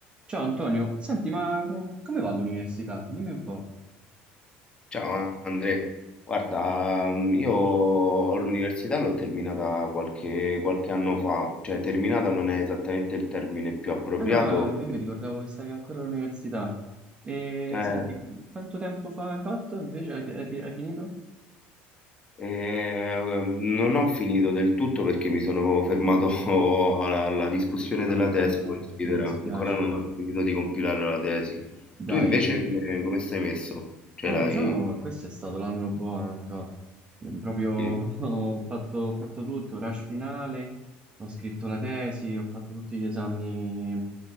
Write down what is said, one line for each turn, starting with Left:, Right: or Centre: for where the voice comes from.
Right: Ciao Antonio, senti, ma eh, come va l'università? Dimmi un po'.
Left: Ciao Andre, guarda, mm, io l'università l'ho terminata qualche, qualche anno fa, cioè terminata non è esattamente il termine più appropriato,
Right: Ah, a me mi ricordavo che stavi ancora all'università. E
Left: eh,
Right: senti, quanto tempo fa hai fatto invece? Hai, hai- hai finito?
Left: eh, non ho finito del tutto perché mi sono fermato <laughs> alla, alla discussione
Right: Mannaggia,
Left: della tesi, considera,
Right: mi dispiace.
Left: ancora non ho finito di compilare la tesi.
Right: Dai.
Left: Tu invece come, come stai messo? Cioè
Right: Eh,
Left: l'hai...
Right: diciamo che questo è stato l'anno buono, Anto. Io Proprio <laughs>
Left: sì?
Right: ho fatto, ho fatto tutto, rush finale, ho scritto la tesi, ho fatto tutti gli esami, gli